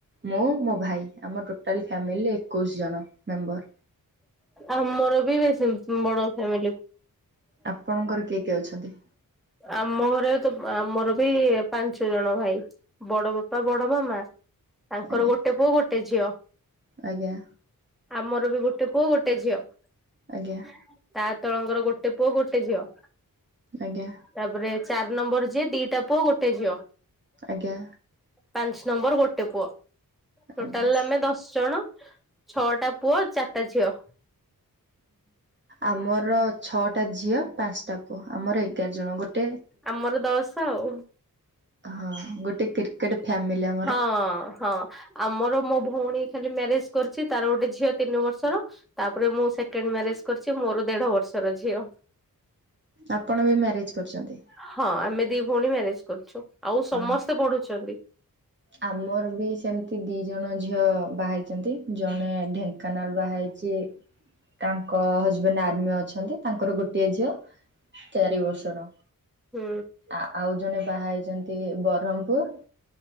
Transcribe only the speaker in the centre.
ଆଉ ମୋର ବି ବେଶୀ ବଡ ଫ୍ୟାମିଲି।
ଆମ ଘରେ ତ ଆମର ବି ପାଞ୍ଚ ଜଣ ଭାଇ। ବଡ ବାପା ବଡ ମାମା ତାଙ୍କର
ଗୋଟେ ପୁଅ ଗୋଟେ ଝିଅ।
ଆମର ବି ଗୋଟେ ପୁଅ ଗୋଟେ ଝିଅ
ତା ତଳଙ୍କର ଗୋଟେ ପୁଅ ଗୋଟେ ଝିଅ।
ତାପରେ ଚାର ନମ୍ବର ଯିଏ ଦିଟା ପୁଅ ଗୋଟେ ଝିଅ
ପାଞ୍ଚ ନମ୍ବର ଗୋଟେ ପୁଅ
ଟୋଟାଲ ଆମେ ଦଶ ଜଣ। ଛଅଟା ପୁଅ ଚାରିଟା ଝିଅ।
ଆମର ଦଶ ଆଉ
ହଁ ହଁ। ଆମର ମୋ ଭଉଣୀ ଖାଲି ମ୍ୟାରେଜ କରିଛି ତାର ଗୋଟେ ଝିଅ ତିନି ବର୍ଷର ତାପରେ ମୁଁ ସେକେଣ୍ଡ ମ୍ୟାରେଜ କରିଛି ମୋର ଦେଢ ବର୍ଷର ଝିଅ।
ହଁ ଆମେ ଦି ଭଉଣୀ ମ୍ୟାରେଜ କରିଛୁ ଆଉ ସମସ୍ତେ
ପଢୁଛନ୍ତି।
ହୁଁ।